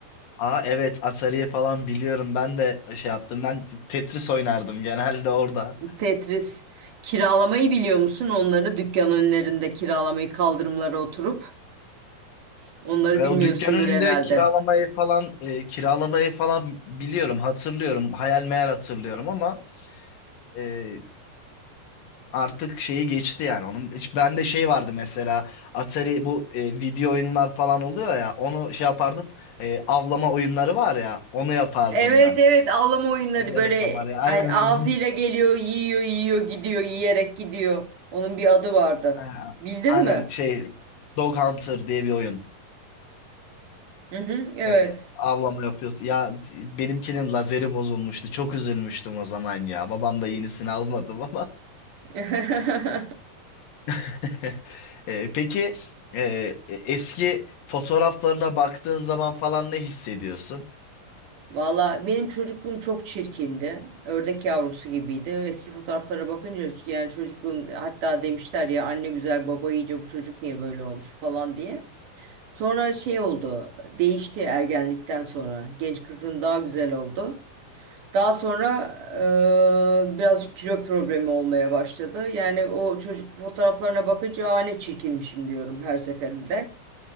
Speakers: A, on the left; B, on the right.
A: Aa evet Atari'yi falan biliyorum. Ben de şey yaptım. Ben Tetris oynardım genelde orada.
B: Tetris. Kiralamayı biliyor musun? Onları dükkan önlerinde kiralamayı kaldırımlara oturup. Onları
A: E,
B: bilmiyorsundur
A: o dükkan önünde
B: herhalde.
A: kiralamayı falan e, kiralamayı falan biliyorum, hatırlıyorum. Hayal meyal hatırlıyorum ama e, artık şeyi geçti yani onun. Hiç bende şey vardı mesela Atari bu e, video oyunlar falan oluyor ya onu şey yapardım. E, avlama oyunları var ya onu yapardım
B: Evet
A: ben.
B: evet avlama oyunları
A: Yaratam
B: böyle
A: var ya aynen
B: hani ağzıyla
A: <laughs>
B: geliyor, yiyor, yiyor, gidiyor, yiyerek gidiyor. Onun bir adı vardı.
A: aynen
B: Bildin
A: aynen
B: mi?
A: şey Dog Hunter diye bir oyun.
B: Hı hı, evet.
A: Hani e, avlama yapıyoruz. Ya benimkinin lazeri bozulmuştu. Çok üzülmüştüm o zaman ya. Babam da yenisini almadım ama.
B: <laughs>
A: <laughs> E, peki e, e, eski fotoğraflarına baktığın zaman falan ne hissediyorsun?
B: Valla benim çocukluğum çok çirkindi. Ördek yavrusu gibiydi. Eski fotoğraflara bakınca yani çocukluğum hatta demişler ya anne güzel baba iyice bu çocuk niye böyle olmuş falan diye. Sonra şey oldu, değişti ergenlikten sonra. Genç kızın daha güzel oldu. Daha sonra eee, birazcık kilo problemi olmaya başladı. Yani o çocuk fotoğraflarına bakınca "Aa, ne çirkinmişim diyorum her seferinde.